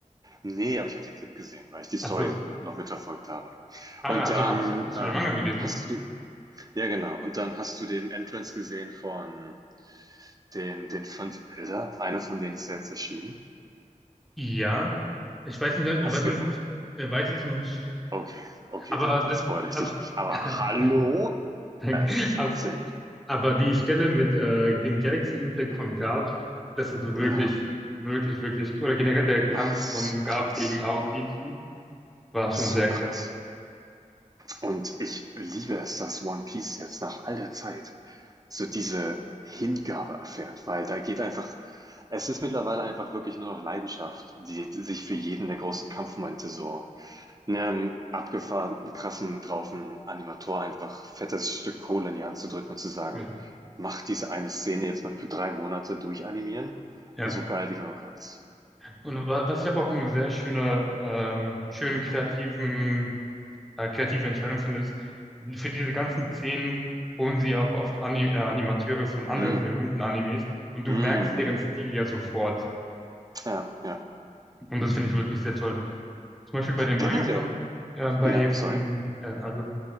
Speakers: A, on the right; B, in the centre.
A: Ne, aber ich habe den Clip gesehen, weil ich die Story
B: Ach so.
A: noch mitverfolgt habe.
B: Ah,
A: Und
B: Hast
A: dann,
B: du, hast, hast
A: ähm,
B: du den Manga gelesen?
A: hast du ja genau, und dann hast du den Entrance gesehen von den den 5 Elder. Einer von denen ist ja jetzt erschienen.
B: Ja. Ich weiß nicht,
A: Hast
B: ich weiß
A: du
B: noch
A: gesehen?
B: nicht, ob ich, äh, weiß es noch nicht.
A: Okay, okay,
B: Aber
A: dann dann
B: das,
A: spoilere ich
B: also,
A: dich nicht. Aber
B: <laughs>
A: hallo?
B: danke.
A: Es ist
B: Aber,
A: insane.
B: aber die Stelle mit äh, dem Galaxy Impact von Garp, das ist wirklich,
A: Ja,
B: wirklich, wirklich, oder generell der Kampf
A: Ah, es
B: von
A: ist so
B: Garp
A: krass.
B: gegen Aokiji war schon
A: So
B: sehr
A: krass.
B: krass.
A: Und ich liebe es, dass One Piece jetzt nach all der Zeit so diese Hingabe erfährt, weil da geht einfach, es ist mittlerweile einfach wirklich nur noch Leidenschaft, die sich für jeden der großen Kampfmomente so einem abgefahrenen, krassen, draufen Animator einfach fettes Stück Kohle in die Hand zu drücken und zu sagen,
B: Ja.
A: mach diese eine Szene jetzt mal für drei Monate durchanimieren,
B: Ja.
A: so geil wie du nur kannst.
B: Und wa- was ich aber auch einen sehr schöner, ähm, schönen kreativen äh, kreative Entscheidung findest. für diese ganzen Szenen holen sie auch oft Ani äh, Animateure von anderen
A: Mm,
B: berühmten Animes und
A: mhm.
B: du merkst deren Stil ja sofort.
A: Ja, ja.
B: Und das finde ich wirklich sehr toll. Zum Beispiel bei dem
A: Generell,
B: einen Kampf, äh, bei
A: ja,
B: von,
A: sorry.
B: ja, also